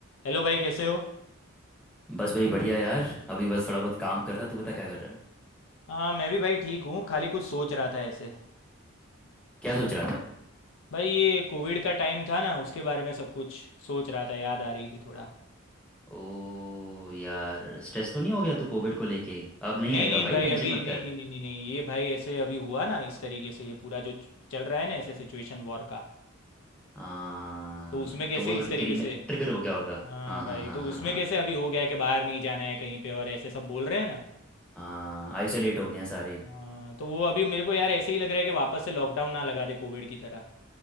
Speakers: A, on the left; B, in the centre.
A: हेलो भाई कैसे हो
B: बस भाई बढ़िया यार अभी बस थोड़ा बहुत काम कर रहा तू बता क्या कर रहा है
A: हाँ मैं भी भाई ठीक हूँ खाली कुछ सोच रहा था ऐसे
B: क्या सोच रहा था
A: भाई ये कोविड का टाइम था ना उसके बारे में सब कुछ सोच रहा था याद आ रही थी थोड़ा
B: ओ यार स्ट्रेस तो नहीं हो गया तू कोविड को लेके अब नहीं
A: नहीं
B: आएगा
A: नहीं
B: भाई
A: भाई
B: टेंशन
A: अभी
B: मत
A: नहीं
B: कर
A: नहीं नहीं नहीं नहीं ये भाई ऐसे अभी हुआ ना इस तरीके से ये पूरा जो चल रहा है ना ऐसे सिचुएशन वॉर का
B: हाँ
A: तो उसमें कैसे
B: तो वो थोड़ी
A: इस तरीके
B: तेरी में
A: से
B: ट्रिगर हो गया होगा
A: हाँ
B: हाँ
A: भाई
B: हाँ हाँ
A: तो
B: हाँ
A: उसमें
B: हाँ
A: कैसे अभी हो गया है कि बाहर नहीं जाना है कहीं पे और ऐसे सब बोल रहे हैं ना
B: हाँ आइसोलेट हो गए हैं सारे
A: हाँ तो वो अभी मेरे को यार ऐसे ही लग रहा है कि वापस से लॉकडाउन ना लगा दे कोविड की तरह